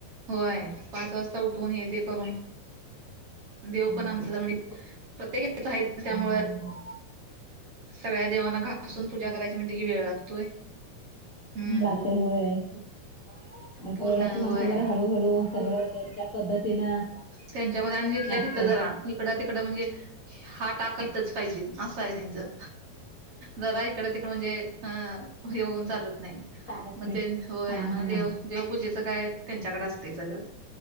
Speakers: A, on the right; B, on the left.
A: होय. पाच वाजता उठून हे ते करून देव
B: हा
A: पण
B: हा
A: आमच म्हणजे प्रत्येकच आहे त्यामु
B: हा हा हा
A: सगळ्या देवांना घासून पूजा करायची म्हणजे की वेळ लागतोय. हम्म
B: लागते हय आणि
A: पूर्ण
B: पहिलाची माणसं
A: होय
B: जरा हळू हळू सगळं त्यांच्या पद्धतीनं
A: त्यांच्या मनानं जितल्या
B: असतय
A: तिथंचा राहा. इकडा तिकडं म्हणजे हा टाक इतच पाहिजे असं आहे त्यांचं जरा इकड तिकडं म्हणजे अ येऊन चालत नाही.
B: चालत
A: मग
B: नाही.
A: ते होय
B: हा
A: मग
B: हा
A: देव देवपूजेचं काय त्यांच्याकडे असतंय सगळं